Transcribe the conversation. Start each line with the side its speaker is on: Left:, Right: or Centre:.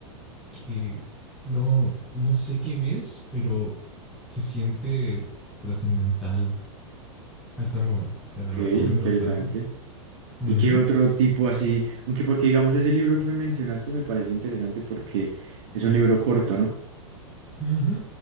Centre: que no, no sé qué ves, pero se siente trascendental. Ah, está muy bueno, ya te
Right: Ok,
Centre: lo recomiendo
Right: interesante.
Centre: bastante. Ujú,
Right: ¿Y qué otro tipo así? Aunque porque digamos ese libro que me mencionaste me parece interesante porque es un libro corto, ¿no?
Centre: ujú.